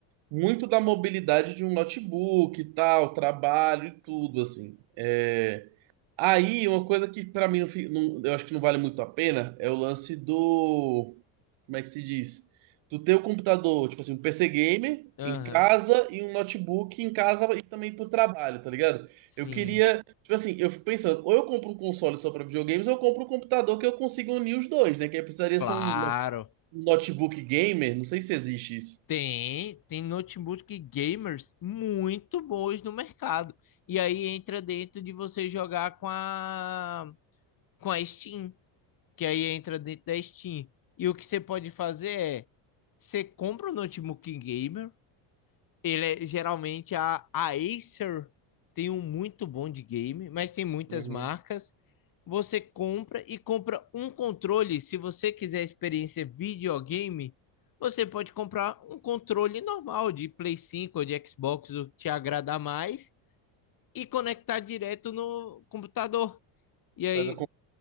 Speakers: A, on the right; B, on the left.
A: muito da mobilidade de um notebook e tal, trabalho e tudo, assim. É, Aí, uma coisa que pra mim não, fi- não- eu acho que não vale muito a pena é o lance do. Como é que se diz? Do teu computador, tipo assim, um PC gamer
B: Aham,
A: em casa e um notebook em casa e também pro trabalho, tá ligado?
B: sim,
A: Eu queria, tipo assim, eu fico pensando, ou eu compro um console só pra videogames, ou eu compro um computador que eu consiga unir os dois, né? Que aí precisaria
B: claro.
A: ser um, no- um notebook gamer, não sei se existe isso.
B: Tem, tem notebook gamers muito bons no mercado. E aí entra dentro de você jogar com a com a Steam, que aí entra dentro da Steam. E o que você pode fazer é você compra um notebook gamer, ele é, geralmente a, a Acer tem um muito bom de game, mas tem muitas
A: Uhum.
B: marcas. Você compra e compra um controle. Se você quiser experiência videogame, você pode comprar um controle normal de Play 5 ou de Xbox, o que te agradar mais, e conectar direto no computador. E aí,
A: Faz a